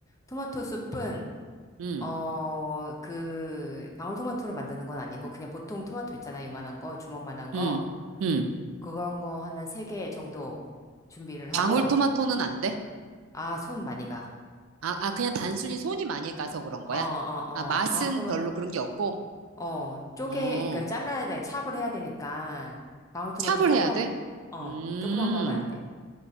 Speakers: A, on the left; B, on the right.
A: 토마토 숲은,
B: 음.
A: 어, 그, 방울토마토로 만드는 건 아니고, 그냥 보통 토마토 있잖아, 요만한 거, 주먹만한 거.
B: 음, 음.
A: 그런 거 하나 세 개 정도 준비를
B: 방울토마토는
A: 하고,
B: 안 돼?
A: 아, 손 많이 가.
B: 아, 아, 그냥 단순히 손이 많이 가서 그런 거야?
A: 어, 어,
B: 아,
A: 어,
B: 맛은
A: 방울토마토,
B: 별로 그런 게 없고,
A: 어, 쪼개,
B: 어,
A: 그러니까 잘라야 돼, 찹을 해야 되니까, 방울토마토
B: 찹을
A: 조그만
B: 해야 돼?
A: 거, 어,
B: 음,
A: 조그만 거 하면 안 돼.